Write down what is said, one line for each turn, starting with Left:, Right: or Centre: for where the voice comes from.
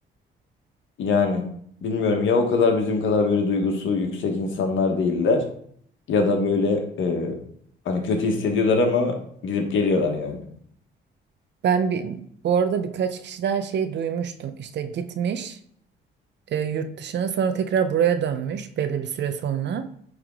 Left: yani bilmiyorum ya o kadar bizim kadar böyle duygusu yüksek insanlar değiller ya da böyle e, hani kötü hissediyorlar ama gidip geliyorlar yani.
Right: Ben bir, bu arada birkaç kişiden şey duymuştum. İşte gitmiş e, yurt dışına, sonra tekrar buraya dönmüş belli bir süre sonra